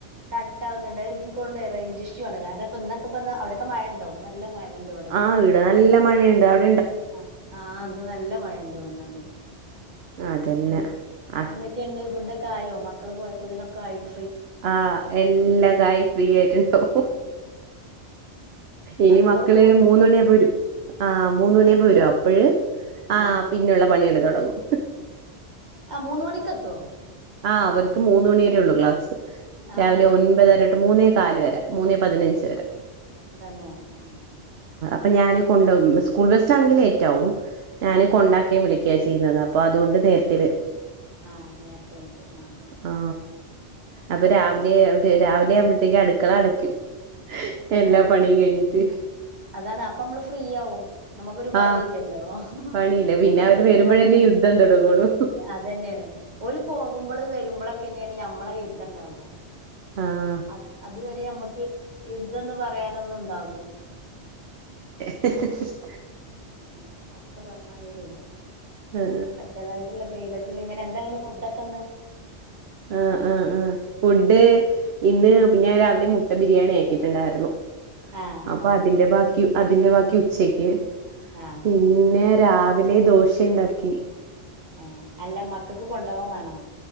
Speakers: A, on the right (about 40°); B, on the right (about 65°).
A: കട്ടാവുന്നുണ്ട് അഹ് ഇത്കൊണ്ടെ റേഞ്ച് ഇഷ്യു ആണ് കാരണം ഇപ്പ ഇന്നൊക്കപ്പന്ന് അവിടൊക്കെ മഴണ്ടോ ഇന്ന് നല്ല മഴണ്ട്
B: ആ ഈടെ നല്ല മഴെയ്ണ്ട് അവി
A: ആ ആഹ് ഇന്ന് നല്ല മഴണ്ട് പറഞ്ഞാതിരി
B: അതന്നെ
A: എന്ത്
B: ആഹ്
A: എന്തൊക്കെണ്ട് ഫുഡൊക്കെ ആയോ മക്കള് പോയപ്പോതിനൊക്കെ ആയിത്
B: ആഹ് എല്ലാ ഒക്കായ് ഫ്രീ ആയിട്ടുണ്ടോ ഇനി
A: മക്കള്
B: മക്കളെ
A: പോവലെ
B: മൂന്ന് മണിയാവുമ്പ വരും ആ മൂന്ന് മണിയാവുമ്പ വരും അ അപ്പഴ് ആ
A: ആഹ്
B: പിന്നെയുള്ള പണികള് തൊടങ്ങും
A: ആ മൂന്ന് മണിക്കത്തോ
B: ആ അവര്ക്ക് മൂന്ന് മണി വരെയുള്ളൂ ക്ലാസ്
A: ആഹ്
B: രാവിലെ ഒൻപതരൊട്ട് മൂന്നേ ക്കാല് വരെ മൂന്നേ പതിനഞ്ച് വരെ
A: തന്നെ ആഹ്
B: അപ്പൊ ഞാന് കൊണ്ടോകും സ്കൂൾ ബസ്സാണെങ്കില് ലേറ്റാവും ഞാന്
A: ആഹ്
B: കൊണ്ടാക്കേയും വിളി ക്കാ ചെയ്യുന്നത് അപ്പൊ അതുകൊണ്ട് നേരത്തെ വരും
A: ആഹ് നേരത്തെ കിട്ടും ആഹ്
B: ആ അപ്പൊ രാവിലെ
A: ആഹ് അത
B: ഒരു രാവിലെ ആവുമ്പ ത്തേക്ക് അടുക്കള അടക്കും എല്ലാ
A: അതാണ്
B: പണിയും കഴിഞ്ഞിട്ട്
A: അതാണ് അപ്പൊ അമ്മള് ഫ്രീയാവും നമ്മക്കൊരു പണിയില്ലല്ലോ
B: ആഹ് പണിയില്ല
A: നമ്മള്
B: പിന്നെ അവര്
A: ഫ്രീയായി
B: വരുമ്പോഴല്ലേ
A: ഇങ്ങനെ
B: യുദ്ധം തുടങ്ങുള്ളൂ
A: അതന്നേണ് ഓല് പോകുമ്പള് വരുമ്പളൊക്കന്നേണ് നമ്മളെ യുദ്ധണ്ടാവാ
B: ആഹ്
A: അത് അതുവരെ അമ്മ ക്ക്‌ യുദ്ധന്ന് പറയാനൊന്നുണ്ടാവൂല്ല
B: ഹ്‌ഹ്ഹ്
A: ഉം ഒക്ക പറഞ്ഞാതിരിയെ
B: ആഹ്
A: ഒക്കെ അതിൻ്റേതാതയിട്ടുള്ള ഫ്രീഡം പിന്നെ ഇങ്ങനെ എന്താങ്ങനെ ഫുഡൊക്കന്ന്
B: ആഹ് ആഹ് ആഹ് ഫുഡ് ഇന്ന്പ്പ ഞാൻ രാവിലെ മുട്ട ബിരിയാണി ആക്കിയിട്ടുണ്ടായിരുന്നു
A: ആഹ്
B: അപ്പൊ
A: ആഹ്
B: അതിന്റെ ബാക്കി അതിന്റെ ബാക്കി ഉച്ചക്ക്
A: ആഹ്
B: പിന്നെ
A: ആഹ്
B: രാവിലെ ദോശയുണ്ടാക്കി
A: ഏ അല്ല മക്കൾക്ക് കൊണ്ടോവാനാണോ